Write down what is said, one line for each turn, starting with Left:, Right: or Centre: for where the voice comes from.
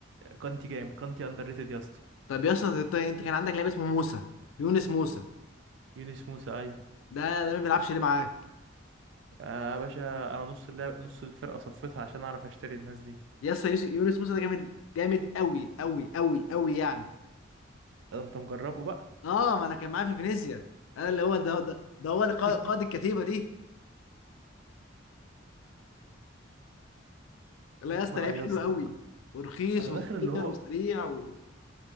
Right: كانتي جامد كانتي اندر ريتد يا اسطى
Left: طب يا اسطى انت انت كان عندك لعيب اسمه موسى يونس موسى
Right: يونس موسى ايوه
Left: ده ده ما بيلعبش ليه معاك
Right: يا باشا انا نص اللعب نص الفرقه صفيتها عشان اعرف اشتري الناس دي
Left: يا اسطى يوس- يونس موسى ده جامد جامد قوي قوي قوي قوي يعني
Right: ده انت مجربه بقى
Left: اه ما انا كان معاه في فينيسيا انا اللي هو ده ده ده هو اللي قا-
Right: <laughs>
Left: قائد الكتيبه دي لا يا اسطى
Right: ما
Left: لعيب
Right: يا
Left: حلو
Right: اسطى
Left: قوي ورخيص
Right: انا داخل
Left: وصغير
Right: اللي هو
Left: وسريع و